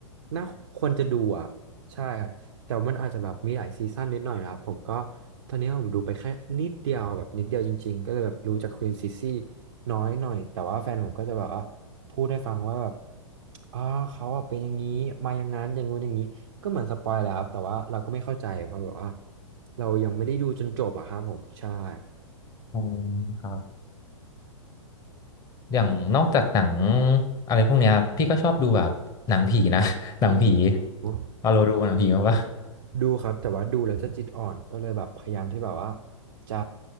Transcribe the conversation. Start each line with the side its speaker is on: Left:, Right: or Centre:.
Right: น่าควรจะดูอ่ะใช่ครับแต่ว่ามันอาจจะแบบมีหลายซีซั่นนิดหน่อยนะครับผมก็ตอนนี้ผมดูไปแค่นิดเดียวแบบนิดเดียวจริงๆก็เลยแบบรู้จากควีนซิซี่น้อยหน่อยแต่ว่าแฟนผมก็จะแบบว่าพูดให้ฟังว่าแบบอ่าเขาอะเป็นอย่างนี้มาอย่างนั้นอย่างงู้นอย่างนี้ก็เหมือนสปอยแหล้วครับแต่ว่าเราก็ไม่เข้าใจเพราะแบบว่าเรายังไม่ได้ดูจนจบอะครับผมใช่คร
Left: อ๋อครับ อย่างนอกจากหนังอะไรพวกเนี้ยพี่ก็ชอบดูแบบหนังผีนะ <laughs> หนังผี
Right: ับ
Left: เอาเราดูหนังผีมั้างปะ
Right: ดูครับแต่ว่าดูแล้วจะจิตอ่อนก็เลยแบบพยายามที่แบบว่าจะ